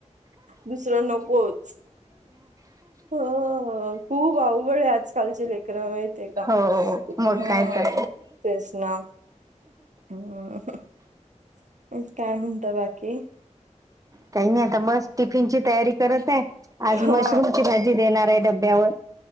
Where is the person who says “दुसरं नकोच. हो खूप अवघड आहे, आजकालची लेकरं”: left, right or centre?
Right